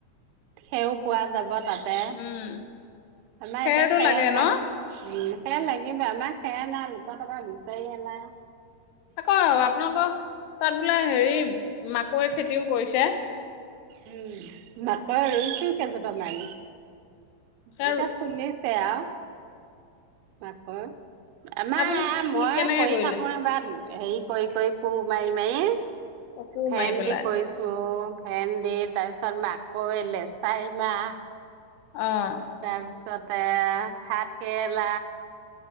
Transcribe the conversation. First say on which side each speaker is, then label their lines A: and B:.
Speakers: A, on the right; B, on the left.
A: সেইও পোৱা যাব। তাতেই‌,
B: উম
A: আমাৰ
B: খেৰটো
A: এতিয়া খেৰ
B: লাগে
A: নাই।
B: ন?
A: উম। সেয়া লাগিব আমাক, সেয়া নাই লোকৰ টকা বিচাৰিয়ে নাই।
B: আকৌ আপোনালোকৰ তাত বোলে হেৰি মাকৈ খেতিও কৰিছে?
A: উম, নাপায় ৰুইছো কেইজোপামান। <unintelligible>
B: সেয়া
A: <unintelligible> মাকে আমাৰ
B: আপুনি কি
A: মই
B: কেনেকে
A: কৰি
B: কৰিলে?
A: থাকো এইবাৰ হেৰি কৰি কৰি কুৰ মাৰি মাৰি
B: অকু
A: ভেণ্ডি
B: মাৰি পেলাই
A: কৰিছোঁ ভেণ্ডি, তাৰপিছত মাকৈ, লেচাই মাহ।
B: অ',
A: তাৰপিছত আহ, ভাত কেৰেলা।